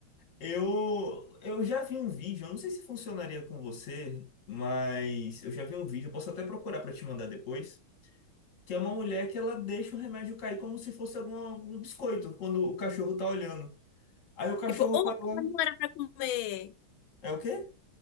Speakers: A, on the left (about 45°); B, on the left (about 75°).
A: Eu, eu já vi um vídeo, eu não sei se funcionaria com você, mas eu já vi um vídeo, eu posso até procurar pra te mandar depois, que é uma mulher que ela deixa o remédio cair como se fosse algum, algum biscoito, quando o cachorro tá olhando. Aí o cachorro
B: Tipo, opa,
A: vai lá.
B: não era pra comer.
A: É o quê?